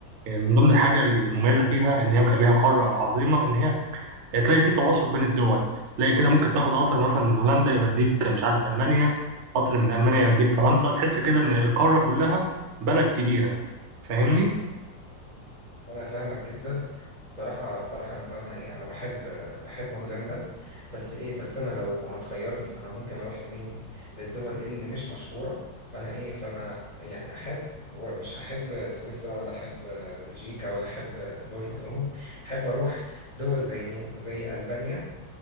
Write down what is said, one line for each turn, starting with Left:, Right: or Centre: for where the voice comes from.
Right: آه، من ضمن الحاجه المميزه فيها ان هي مخليها قاره عظيمه ان هي تلاقي في تواصل بين الدول تلاقي كده ممكن تاخد قطر مثلا من هولندا يوديك مش عارف ألمانيا قطر من ألمانيا يوديك فرنسا تحس كده إن القارة كلها بلد كبيرة فاهمني
Left: انا فاهمك جدا الصراحه الصراحه انا طبعا ايه انا بحب بحب هولندا بس ايه بس انا لو هتخيرني انا ممكن اروح لمين للدول اللي مش مشهوره فانا ايه فانا يعني احب ومش هحب سويسرا ولا احب بلجيكا ولا احب دول كلهم احب اروح دول زي مين زي البانيا